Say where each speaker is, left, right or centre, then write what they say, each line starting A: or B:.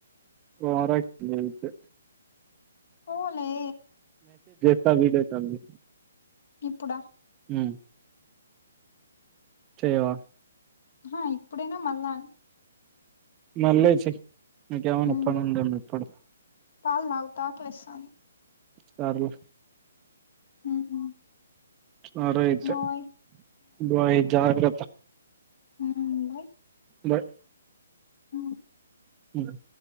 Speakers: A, on the right; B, on the left.
A: ఓవరక్షన్ చేయదు
B: పోలే
A: త వీలైతంది
B: ఇప్పుడా
A: హ్మ్ చెయవా
B: హాయ్ ఇప్పుడేనా మళ్ళ అయినా
A: మళ్ళిచోకే మీకేమన్న
B: ఉమ్
A: పని ఉంది ఏమో పడు
B: పాలు తాగుతా ఆకలి ఎస్తంది
A: సార్లు
B: ఉమ్
A: సరే అయితే
B: బాయ్
A: బాయ్ జాగ్ర
B: హ్మ్ బాయ్
A: బాయ్
B: ఉమ్.
A: హ్మ్